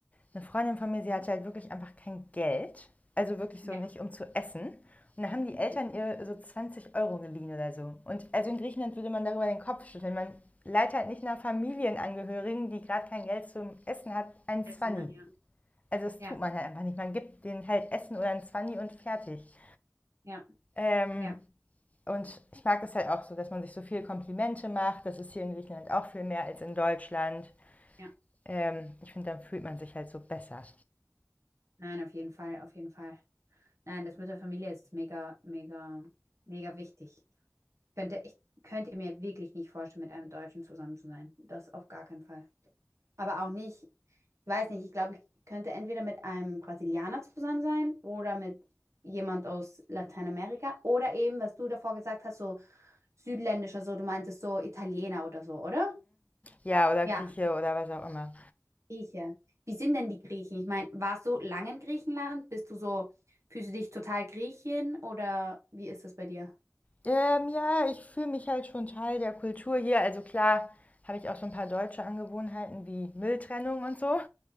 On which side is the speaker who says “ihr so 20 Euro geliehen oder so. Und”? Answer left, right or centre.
Left